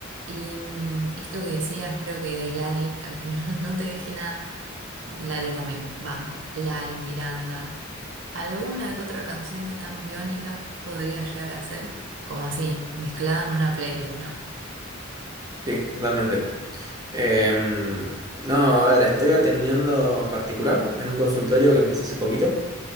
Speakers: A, on the right; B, on the right.
A: Y mm, esto que decías, creo que de Lali, <laughs> que al final <laughs> no te dije nada. Lali también, Banco. Lali, Miranda. Alguna que otra canción de tan biónica podría llegar a ser, como así, mezclada en una playlist, ¿no?
B: Sí, totalmente. Em, no, a ver, estoy atendiendo particular en un consultorio que empecé hace poquito.